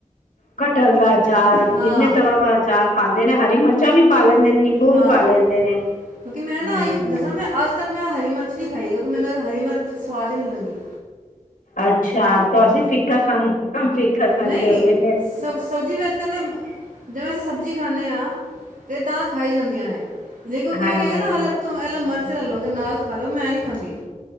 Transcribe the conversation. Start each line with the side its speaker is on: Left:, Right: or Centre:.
Left: ਕਟਹਲ ਦਾ ਅਚਾਰ
Right: ਹਾਂ
Left: ਇੰਨੇ ਤਰ੍ਹਾਂ ਦਾ ਅਚਾਰ ਪਾਂਦੇ ਨੇ, ਹਰੀ ਮਿਰਚ ਚਚਾ ਵੀ ਪਾ ਲੈਂਦੇ, ਨਿੰਬੂ ਵੀ
Right: ਹਾਂ
Left: ਪਾ ਲੈਂਦੇ ਨੇ
Right: ਕਿਉਂਕਿ ਮੈਂ
Left: ਹਮ
Right: ਨਾ, ਦੱਸਾਂ ਮੈਂ ਅੱਜ ਤੱਕ ਮੈਂ ਹਰੀ ਮਿਰਚ ਨੀ ਖਾਈ, ਕਿਉਂਕਿ ਮੈਨੂੰ ਹਰੀ ਮਿਰਚ ਸਵਾਦ ਹੀ ਨੀ ਲੱਗਦੀ
Left: ਅੱਛਾ ਤਾਂ ਅਸੀਂ ਫੀਕਾ ਖਾਨ, ਫੀਕਾ ਖਾਨਦੇ
Right: ਨਹੀਂ
Left: ਹੋ ਗਏ
Right: ਸਬ ਸਬਜ਼ੀ ਵੈਸੇ ਤਾਂ, ਮੈਂ ਜਿਵੇਂ ਅਸੀਂ ਸਬਜ਼ੀ ਖਾਂਦੇ ਹਾਂ ਤੇ ਤਾਂ ਖਾਈ ਜਾਂਦੀਆਂ ਨੇ, ਲੇਕਿਨ ਕੋਈ
Left: ਹਾਂਜੀ
Right: ਕਹਿੰਗਾ ਨਾ ਅਲੱਗ ਤੇ ਐਹ ਲ ਮਿਰਚ ਲੈ ਲਓ ਤੇ ਨਾਲ ਖਾ ਲਓ ਮੈਂ ਨੀ ਖਾਂਦੀ